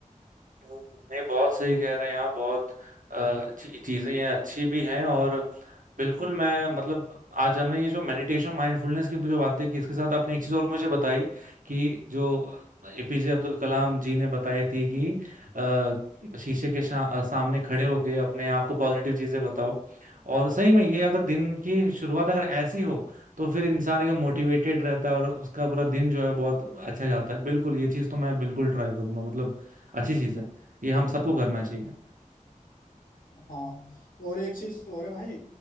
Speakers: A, on the right; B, on the left.
A: नहीं बहुत सही कह रहे हैं आप बहुत अ, ची- चीजें ये अच्छी भी हैं और बिल्कुल मैं मतलब आज हमने ये जो मेडिटेशन माइंडफुलनेस की जो बातें की इसके साथ आपने एक चीज और मुझे बताई कि जो एपीजे अब्दुल कलाम जी ने बताई थी कि अ, शीशे के शा- अ, सामने खड़े होके अपने आप को पॉजिटिव चीजें बताओ और सही में ये अगर दिन की शुरुआत अगर ऐसी हो तो फिर इंसान एकदम मोटिवेटेड रहता है और उसका पूरा दिन जो है बहुत अच्छा जाता है बिल्कुल ये चीज तो मैं बिल्कुल ट्राई करूंगा मतलब अच्छी चीज है ये हम सबको करना चाहिए
B: हाँ और एक चीज और है भाई